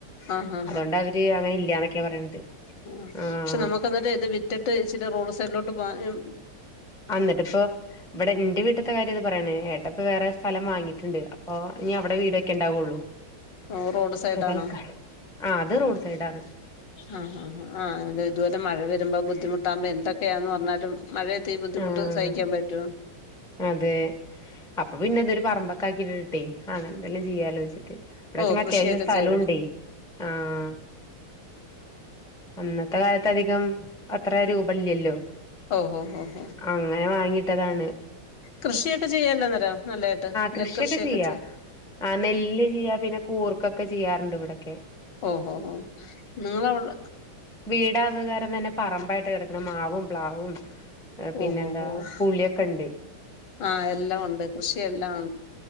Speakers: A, on the left; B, in the centre.
A: ആഹ് ഹാ
B: അതോണ്ട് അവര് അങ്ങനെ ഇല്ല ന്നൊക്കെ പറയണത്.
A: ഓ പക്ഷെ,
B: ആഹ്
A: നമ്മുക്ക്ന്നട്ട് ഇത് വിറ്റിട്ട് ഇച്ചരി റോഡ് സൈഡിലോട്ട് പോകാനും.
B: ആഹ്, ന്നിട്ട് പ്പൊ? ഇവിടെ ന്റെ വീട്ത്തെ കാര്യം ഇത് പറണത്. ഏട്ട പ്പൊ വേറെ സ്ഥലം വാങ്ങിയിട്ടുണ്ട്. അപ്പൊ, ഞ്ഞി അവിടെ വീട് വെക്കെണ്ടാവുള്ളു.
A: ഓ റോഡ് സൈഡാണോ
B: ഇപ്പൊ തൽക്കാലം. ആഹ്, ത് റോഡ് സൈഡാണ്.
A: ആഹ്, ആഹ്, ആഹ് ഇതുവരെ മഴ വരുമ്പോ ബുദ്ധിമുട്ടാകുമ്പോ, എന്തൊക്കെയാന്ന് പറഞ്ഞാലും. മഴയത്ത് ഈ ബുദ്ധിമുട്ട്
B: ആഹ്
A: സഹിക്കാ- പറ്റൊ?
B: അതെ, അപ്പൊ പിന്നെ തൊരു പറമ്പൊക്ക ആക്കിട്ടിട്ടേ. അങ്ങനെ ന്തെങ്കിലും ചെയ്യാലോച്ചിട്ട്. ഇവിട
A: ഓ
B: ചെങ്കി അത്യാവശ്യം
A: കൃഷിയൊക്കെ
B: സ്ഥലും
A: ചെയ്ത്
B: ണ്ടേയ്, ആഹ്... അന്നത്തെ കാലത്ത് അധികം അത്ര രൂപല്ലല്ലോ?
A: ഓഹ്, ഓഹ്, ഓഹ്
B: അങ്ങനെ വാങ്ങിട്ടതാണ്.
A: കൃഷിയൊക്കെ ചെയ്യാല്ലന്നേരം. നല്ലായിട്ട്
B: കൃഷിയൊക്കെ
A: നെൽകൃഷിയൊക്കെ
B: ചെയ്യാ
A: ചെയ.
B: ആഹ്, നെല്ല് ചെയ്യാ. പിന്നെ കൂർക്കൊക്ക ചെയ്യാറുണ്ട് വിടക്കെ.
A: ഓഹ്, ഹോ, ഹോ നിങ്ങളവിട
B: വീടാവകാരം തന്നെ പറമ്പായിട്ട് കിടക്കണം മാവും, പ്ലാവും പിന്നെന്താ,
A: ഓഹ് ഓഹ് ഓഹ്
B: പുളിഒക്ക ണ്ട്.
A: ആഹ്, എല്ലാം ഉണ്ട്. കൃഷിയെല്ലാം.